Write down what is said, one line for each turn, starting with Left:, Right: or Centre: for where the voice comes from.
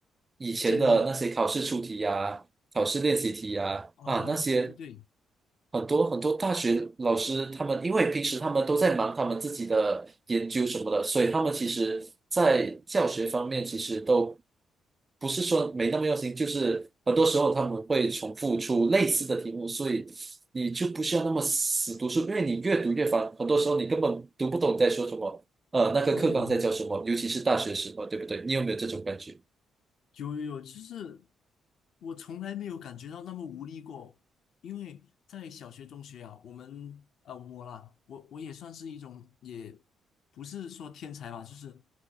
Right: 以前的那些考试出题呀、
Left: 建议
Right: 考试练习题啊啊那些
Left: 哦，对对对
Right: 很多很多大学老师他们，因为平时他们都在忙他们自己的研究什么的，所以他们其实在教学方面其实都不是说没那么用心，就是很多时候他们会重复出类似的题目，所以你就不需要那么死读书，因为你越读越烦，很多时候你根本读不懂在说什么，呃，那个课纲在教什么，
Left: 对，
Right: 尤其是大学时候，对不对？你有没有这种感觉？
Left: 有有有，就是我从来没有感觉到那么无力过，因为在小学、中学啊，我们呃我啦，我我也算是一种，也不是说天才吧，就是，